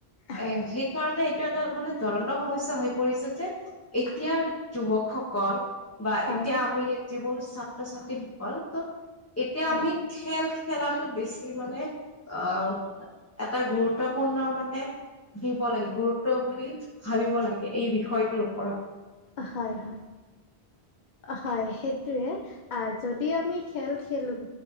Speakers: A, on the left (about 55°); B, on the left (about 15°).
A: হয়
B: এ
A: হয়
B: সেইকাৰণে এইটো এটা মানে জ্বলন্ ন্ত সমস্যা হৈ পৰিছে যে, এতিয়াৰ যুৱকসকল বা
A: হয়
B: এতিয়া আমি যিবোৰ ছাত্ৰ ছাত্ৰী সকল, ত' এতিয়া
A: হয়
B: আমি খেল খেলাটোত বেছি মানে, আ এটা গুৰুত্বপূৰ্ণ মানে দিব লাগে, গুৰুত্ব বুলি ভাবিব লাগে এই বিষয়টোৰ ওপৰত।
A: হয়, হয়। অ' হয়, সেইটোৱে আহ যদি আমি খেল খেলো